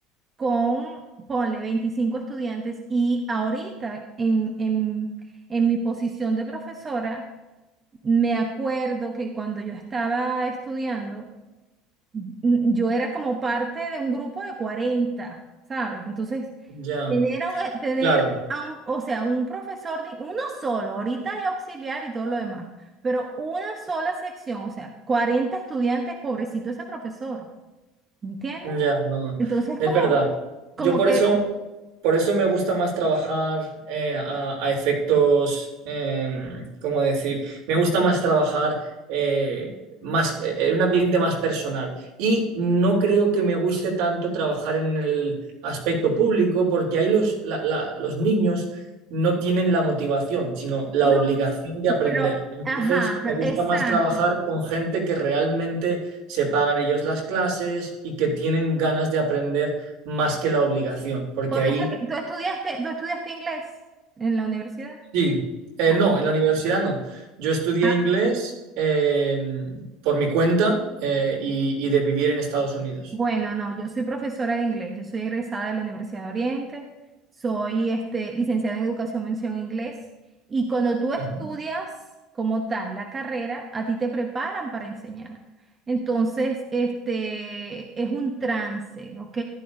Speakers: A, on the right; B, on the right.
A: con, ponle, 25 estudiantes y ahorita en, en, en mi posición de profesora, me acuerdo que cuando yo estaba estudiando, mm, yo era como parte de un grupo de 40, ¿sabes? Entonces,
B: ya.
A: tener a un, eh, tener
B: Claro,
A: a un- o sea, un profesor, de, uno solo, ahorita de auxiliar y todo lo demás, pero una sola sección, o sea, 40 estudiantes, pobrecito ese profesor, ¿entiendes?
B: Ya, no,
A: Entonces,
B: es
A: como,
B: verdad.
A: como
B: Yo por
A: que,
B: eso, por eso me gusta más trabajar eh, a, a efectos, em, ¿cómo decir? Me gusta más trabajar eh, más, eh, en un ambiente más personal. Y no creo que me guste tanto trabajar en el aspecto público, porque ahí los, la- la- los niños no tienen la motivación, sino la
A: no,
B: obligación de aprender.
A: pero,
B: Entonces,
A: ajá, pero-
B: me gusta
A: exacto.
B: más trabajar con gente que realmente se pagan ellos las clases y que tienen ganas de aprender más que la obligación, porque
A: Por
B: ahí
A: eso, es que- ¿tú estudiaste, tú estudiaste inglés en la universidad?
B: sí, eh,
A: ah,
B: no, en la universidad no. Yo estudié
A: Ah,
B: inglés eh, por mi cuenta eh, y, y de vivir en Estados Unidos.
A: Bueno, no, yo soy profesora de inglés, yo soy egresada de la Universidad de Oriente, soy este, licenciada en Educación Mención Inglés y cuando tú estudias
B: Ujú.
A: como tal la carrera, a ti te preparan para enseñar. Entonces, este, es un trance, ¿ok?